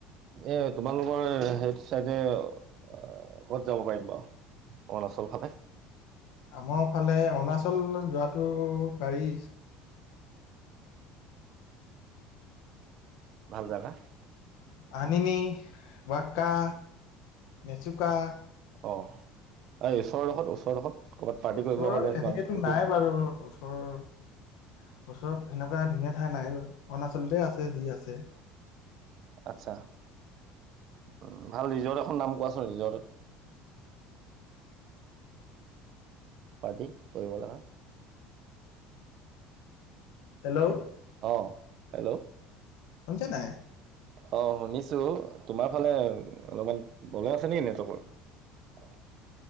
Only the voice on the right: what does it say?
এ তোমালোকৰ সেইটো চাইতে ক'ত যাব পাৰিম বাৰু অৰুণাচল ফালে
ভাল জেগা
অঁ এই ওচৰডোখৰত ওচৰডোখৰত ক'ৰবাত পাৰ্টি
কৰিব হ'লে
বা ফূৰ্তি
আচ্ছা উ ভাল ৰিজৰ্ট এখন নাম কোৱাচোন ৰিজৰ্টত- পাৰ্টি কৰিবলে
অঁ হেল্ল'
অ শুনিছো তোমাৰ ফালে অলপমান বল আছে নে নেটকৰ উ